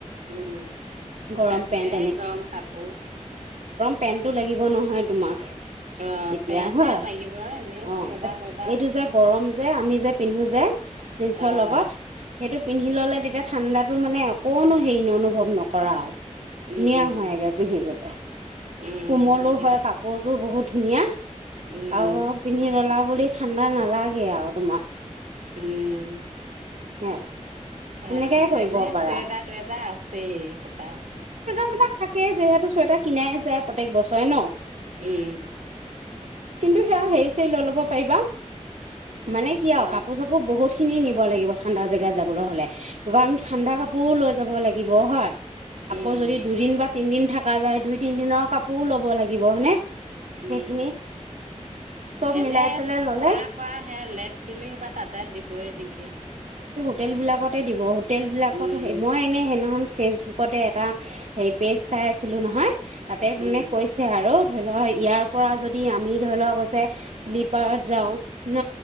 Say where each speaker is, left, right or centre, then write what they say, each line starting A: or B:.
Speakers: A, on the right; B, on the right.
A: উম।
B: গৰম
A: আছে
B: পেন্ট
A: গৰম কাপোৰ।
B: পেণ্টটো লাগিব নহয় তোমাক।
A: অ'
B: তেতিয়া
A: পেন
B: হয়
A: হে লাগিব, ‌ এনেই
B: অ
A: চুৱেটাৰ টোৱেটাৰ
B: এইটো যে গৰম যে আমি যে। পিন্ধো যে। জীন্চৰ
A: অ
B: লগত, সেইটো পিন্ধি ললে তেতিয়া ঠাণ্ডাত। টো মানে অকনো হেৰি অনুভৱ নকৰা আৰু।
A: উম
B: ধুনীয়া হৈ একে পিন্ধি বলে। এহ
A: উম
B: কোমলো
A: সেইকেইটা
B: হয় কাপোৰটো বহুত। ধুনীয়া
A: উম
B: আগৰ খিনি অলপ। পুলিচ ঠাণ্ডা নালাগে আৰু তোমাক।
A: উম
B: হে
A: সে
B: সেনেকে
A: পিনে
B: কৰিব
A: এনে
B: পাৰা
A: চুৱেটাৰ টুৱেটাৰ আছেই এসোপা।
B: সেইবিলাক থাকেই যিহেতু চুৱেটাৰ কিনাই যায় প্ৰত্যেক বছৰে ন।
A: উম
B: কিন্তু সেয়া হেৰি চেৰি লৈ ল'ব পাৰিবা মানে কি
A: অ
B: আৰু কাপোৰ চাপোৰ বহুত। কিনি নিব লাগিব ঠাণ্ডা জেগাত যাবলৈ হ'লে গৰম। ঠাণ্ডা কাপোৰো লৈ যাব লাগিব হয়।
A: উম
B: আকৌ যদি দুদিন বাট। তিনদিন থকা যায় দুই তিনিদিনৰ কাপোৰো ল'ব লাগিব হয়নে।
A: উম
B: সেইখিনি চব
A: এনে
B: মিলাই পেলে ল
A: খোৱা খোৱা হে লেপ তুলি সোপা তাতে দিবই নেকি।
B: হোটেলবিলাকতে দিব। হোতেলবিলাকত
A: উম
B: মই এনেই সেইদিনাখন। ফেচবুকতে এটা হেৰি পেজ চাই আছিলোঁ নহয়। তাতে
A: উম
B: মানে কৈছে আৰু নহয় ইয়াৰ পৰা যদি আমি ধৰি লওক হৈছে শ্লীপাৰত যাওঁ ন?